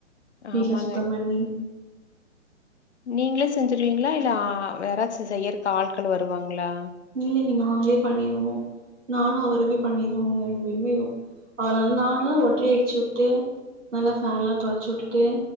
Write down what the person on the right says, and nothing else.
வீட்லா
சுத்தம் பண்ணி
இல்லிங்க நாங்ளே பண்ணிருவோ. நானு அவருமே பண்ணிருவோங்க ரெண்டு பேருமேயு அதனால் நான்லா ஒட்ரை அடிச்சு உட்டு நல்லா ஃபேன்லா தொடச்சு உட்டுட்டு